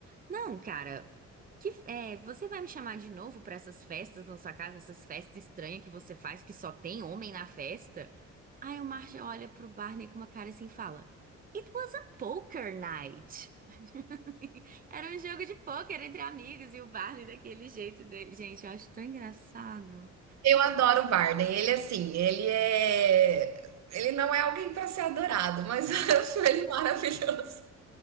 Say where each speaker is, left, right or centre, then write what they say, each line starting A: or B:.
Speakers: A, on the right; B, on the right.
A: Não, cara. Que, é, você vai me chamar de novo pra essas festas na sua casa, essas festas estranhas que você faz que só tem homem na festa? Aí o Marshall olha pro Barney com uma cara assim e fala: It was a poker night. <laughs> Era um jogo de poker entre amigos e o Barney daquele jeito. dele. Gente, eu acho tão engraçado.
B: Eu adoro o Barney. Ele assim, ele é Ele não é alguém para ser adorado, mas <laughs> eu acho ele maravilhoso.